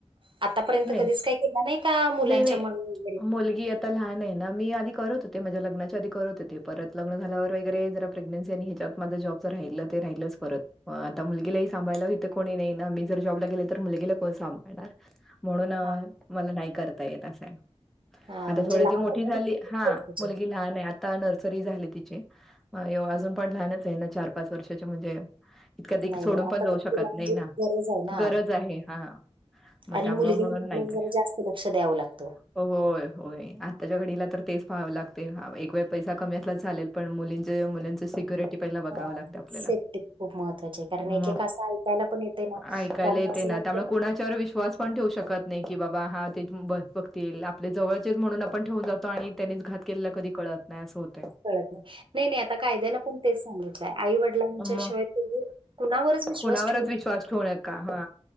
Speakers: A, on the right; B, in the centre.
A: आतापर्यंत
B: नाही,
A: कधीच काय <inaudible> का मुलांच्या
B: नाही, नाही.
A: वगैरे
B: मुलगी आता लाहान आहे ना, मी आधी करत होते माझ्या लग्नाच्या आधी करत होते, परत लग्न झाल्यावर वगैरे जरा प्रेग्नसी आणि ह्याच्यात माझ जॉबच राहिलं ते राहिलच परत. आता मुलगीलाही सांभाळला येथे कोणी नाही ना, मी जर जॉबला गेले तर मुलगीला कोण सांभाळणार? म्हणून
A: हा
B: मला नाही करता येत असाय.
A: हा
B: आता
A: म्हणजे
B: थोडशी
A: लहान
B: मोठी
A: आहे का?
B: झाली
A: मुलगी? किती
B: हा
A: वर्षाची
B: मुलगी
A: आहे?
B: लहान आहे, आता नर्सरी झाली तिची. एव अजून
A: हम्म.
B: पण लहानच आहे ना चार पाच वर्षाचे म्हणजे <inaudible>
A: नाही
B: सोडून
A: नाही
B: पण
A: आता
B: जाऊ
A: तर
B: शकत
A: तिला म्हणजे
B: नाही ना
A: गरज आहे ना
B: गरज आहे हा. मग
A: आणि
B: त्यामुळं
A: मुलगी
B: म्हणून
A: आहे म्हटल्यावर
B: नाही करतं.
A: जरा जास्त लक्ष द्यावं लागतं.
B: होय होय आ त्याच्या घडीला तर तेच पाहाव लागते, एक वेळ पैसा कमी असलाच चालेल, पण मुलीं मुंलिची सिक्युरिटी पहिला बघावं
A: हां
B: लागतं आपल्याला
A: सेफ्टी खूप महत्त्वाची आहे कारण
B: मग
A: एक एक असं ऐकायला पण येते ना
B: ऐकायला
A: त्यामुळे असं
B: ते ना
A: वाटतं
B: त्यामुळे कुणाच्यावर विश्वास पण ठेवू शकत नाही, की बाबा हा ते बघतील आपले जवळचेच म्हणून आपण ठेवून जातो आणि त्यांनीच घात केलेला कधी कळत नाही असं होतंय
A: कळत नाही नाही नाही आता कायद्यानं पण तेच सांगितलंय आई वडिलांच्या
B: मग
A: शिवाय तुम्ही कुणावरच विश्वास
B: कोणावरच
A: ठेऊ
B: विश्वास ठेवू नका हा